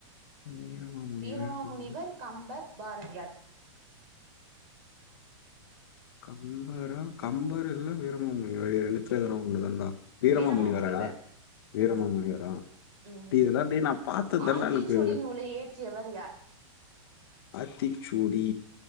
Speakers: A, on the left (about 50°); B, on the right (about 35°).
A: வீரமாமுனிவர்
B: வீரமாமுனிவர்
A: இருக்காங்க
B: கம்பர் பாரதியார்
A: கம்பரா கம்பர் இல்ல வீரமாமுனிவர் இது ரெண்டுத்துல எதனா ஒண்ணு தாண்டா வீரமாமுணி
B: வீரமாமுனிவர்
A: வரடா வீரமாமுணி வரா
B: ம்
A: டேய் இதெல்லா டேய் நா பாத்ததுதான்டாஇருக்கு
B: ஆத்திச்சூடி நூலை இயற்றியவர் யார்
A: ஆத்திச்சூடி